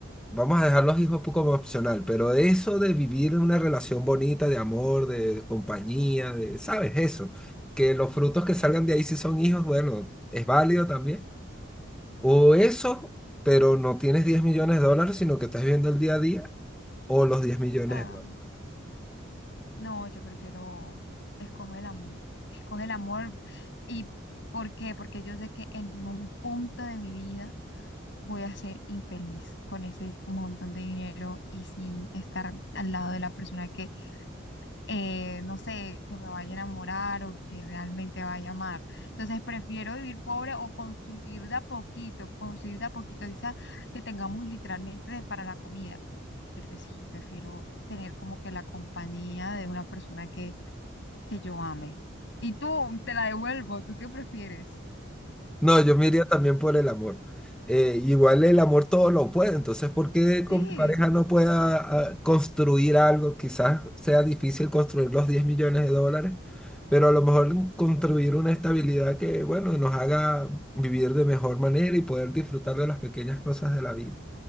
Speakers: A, in the centre; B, on the left.
A: vamos a dejar los hijos poco como opcional, pero eso de vivir una relación bonita, de amor, de compañía, de, ¿sabes? Eso. Que los frutos que salgan de ahí si son hijos, bueno, es válido también. O eso, pero no tienes 10 millones de dólares, sino que estás viviendo el día a día, o los 10 millones
B: sea,
A: de dólares.
B: no, yo prefiero, escojo el amor. Escojo el amor. ¿Y por qué? Porque yo sé que en un punto de mi vida voy a ser infeliz con ese montón de dinero y sin estar al lado de la persona que eh, no sé, que me vaya a enamorar o que realmente vaya a amar. Entonces prefiero vivir pobre o construir de a poquito, construir de a poquito, quizás que tengamos literalmente de- para la comida. Pero sí, prefiero tener como que la compañía de una persona que, que yo ame. Y tú, te la devuelvo, ¿tú qué prefieres?
A: No, yo me iría también por el amor. Eh, igual el amor todo lo puede, entonces ¿por qué
B: Sí,
A: con mi pareja no pueda ah, construir algo? Quizás sea difícil construir los 10 millones de dólares, pero a lo mejor construir una estabilidad que, bueno, nos haga vivir de mejor manera y poder disfrutar de las pequeñas cosas de la vida,